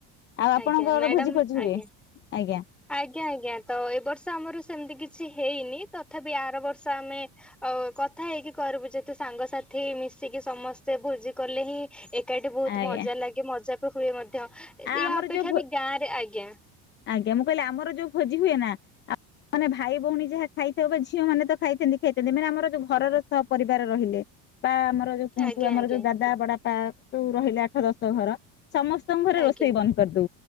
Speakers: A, on the left (about 35°); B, in the centre.
A: ଆଉ ଆପଣଙ୍କର
B: ଆଜ୍ଞା ମ୍ୟାଡାମ
A: ଭୋଜି ଭୋଜି
B: ଆଜ୍ଞା
A: ହୁଏ ଆଜ୍ଞା।
B: ଆଜ୍ଞା ଆଜ୍ଞା ତ ଏ ବର୍ଷ ଆମର ସେମିତି କିଛି ହେଇନି ତଥାପି ଆର ବର୍ଷ ଆମେ ଆଉ କଥା ହେଇକି କରିବୁ ଯେତେ ସାଙ୍ଗସାଥି ମିଶିକି ସମସ୍ତେ ଭୋଜି କଲେ ହିଁ ଏକାଠି ବହୁତ
A: ଆଜ୍ଞା
B: ମଜା ଲାଗେ ମଜା ବି ହୁଏ ମଧ୍ୟ ଏବେ
A: ଆମର
B: ଆ ଅପେକ୍ଷା
A: ଯୋଉ
B: ବି ଗାଁ ରେ ମଧ୍ୟ ଆଜ୍ଞା।
A: ଆଜ୍ଞା ମୁଁ କହିଲି ଆମର ଯୋଉ ଭୋଜି ହୁଏ ନା ଆ ମାନେ ଭାଇ ଭଉଣୀ ଯାହା ଖାଇଥାଉ ବା ଝିଅ ମାନେ ତ ଖାଇଥାନ୍ତି ଖାଇଥାନ୍ତି ମାନେ ଆମର ଯୋଉ ଘରର ସପରିବାର ରହିଲେ ପା ମ ଜଉ କୁହନ୍ତୁ
B: ଆଜ୍ଞା
A: ଆମର
B: ଆଜ୍ଞା
A: ଯୋଉ ଦାଦା ବଡ଼ାପା ଯୋଉ ରହିଲେ ଆଠ ଦଶ ଘର ସମସ୍ତଙ୍କ ଘରେ
B: ଆଜ୍ଞା
A: ରୋଷେ କରିଦବୁ